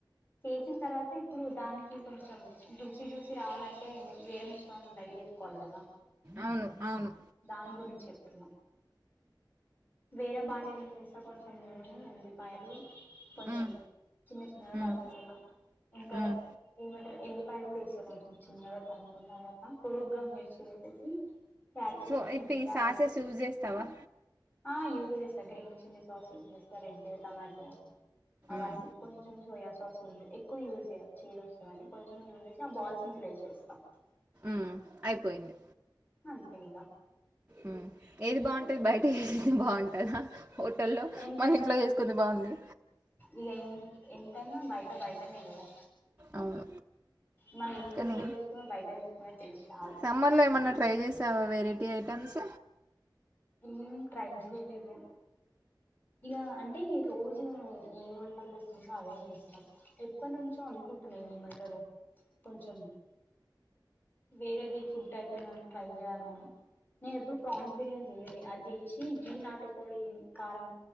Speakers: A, on the left; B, on the right.
A: చేసిన తర్వాత ఇప్పుడు దానికి కొంచెం జ్యూసి జ్యూసి రావాలంటే వేరే మిశ్రమం రడీ చేసుకోవాలి కదా
B: అవును అవును
A: దాని గురించి చెప్తున్నా వేరే బాండీలో కొంచెం నూనె ఉల్లిపాయలు కొంచెం
B: మ్
A: చిన్న చిన్నగా తరుముకున్నా
B: మ్
A: ఇంకా
B: మ్
A: ఏమంటరు ఎల్లిపాయ కూడా వేసా కొంచెం చిన్నగా తరుముకున తర్వాత పొడుగ్గా మిర్చి ఏసేసి క్యాప్సికమ్
B: సో ఇప్పుడు
A: ని
B: ఈ
A: క్యారెట్
B: సాసెస్ యూజ్ చేస్తావా
A: ఆ యూజ్ చేస్తా గ్రీన్ చిల్లీ సాస్ యూజ్ చేస్తా రెడ్ టమాటో అవన్నీ
B: మ్
A: కొంచెం సోయా సాస్ ఉంది ఎక్కువ యూస్ జేయా చేదు వస్తది అని కొంచెం యూస్ చేసి ఆ బాల్స్ ని చేస్తాం
B: మ్ అయిపోయింది
A: అంతే ఇక
B: మ్ ఏది బావుంటది బయట ఏ టిఫిన్ బావుం హోటల్లో
A: ఎంతైనా
B: మన ఇంట్లో చేసుకుంది బావుంది
A: ఇక ఎంతైనా బయట బయటనే కదా
B: అవును
A: మనం ఇంటి
B: కానీ
A: ఇంట్లో చేసుకున్న బయట చేసుకున్న టేస్ట్ రాదు
B: సమ్మర్లో ఏమన్నా ట్రై వెరైటీ ఐటెమ్స్
A: ఏం ట్రైల్స్ వెయలేదు ఇక అంటే రోజు ఏ వంటలు చెస్తుందో అవే చేస్తాం ఎప్పడి నుంచో అంతె ఏమంటారు కొంచెం వేరే ది ఫుడ్ ఐటమ్ ట్రై చేయాలి నేను నేను ఎప్పుడు ప్రాన్స్ బిర్యానీ జెయలె అది జెసి గీ నాటుకోడి కారం